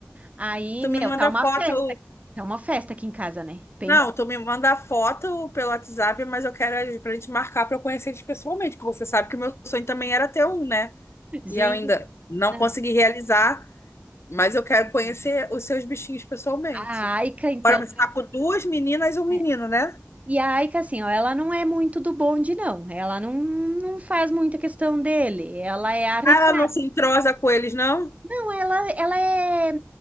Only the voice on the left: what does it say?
Tu
me manda
foto,
Não, tu me manda a foto pelo WhatsApp, mas eu quero a- pra gente marcar pra eu conhecer eles pessoalmente, que você sabe que o meu sonho também era ter um, né?
E eu ainda não
consegui realizar, mas eu quero conhecer
os seus bichinhos pessoalmente.
Agora você tá com duas meninas e um menino,
né?
Ah, ela não se entrosa com eles, não?